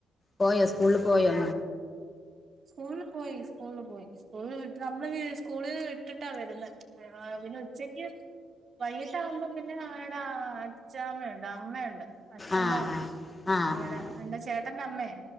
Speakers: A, on the left; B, on the right.
A: പോയോ സ്കൂളില് പോയോ?
B: സ്കൂള് പോയി സ്കൂളിൽ പോയി സ്കൂളിൽ വിട്ടിട്ട നമ്മള് സ്കൂള വിട്ടിട്ടാ വരുന്നെ ആഹ് പിന്നെ ഉച്ചക്ക് വൈകീ ട്ടാകുമ്പോം പിന്നെ അവരുടെ അച്ഛാമ്മയുണ്ട് അമ്മയുണ്ട് അച്ഛന്റെ
A: ആഹ്
B: അമ്മ
A: ആഹ് ആഹ്
B: അവിടെ
A: ആഹ്
B: എന്റെ ചേട്ടന്റെ അമ്മയ്